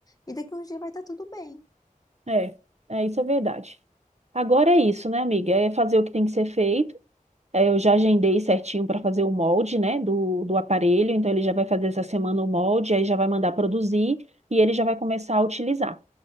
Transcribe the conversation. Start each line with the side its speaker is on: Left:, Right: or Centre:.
Left: e daqui uns dias vai estar tudo bem.
Right: É, é, isso é verdade. Agora é isso, né, amiga? É fazer o que tem que ser feito. Eh, Eu já agendei certinho para fazer o molde, né, do, do aparelho. Então, ele já vai fazer essa semana o molde, aí já vai mandar produzir e ele já vai começar a utilizar.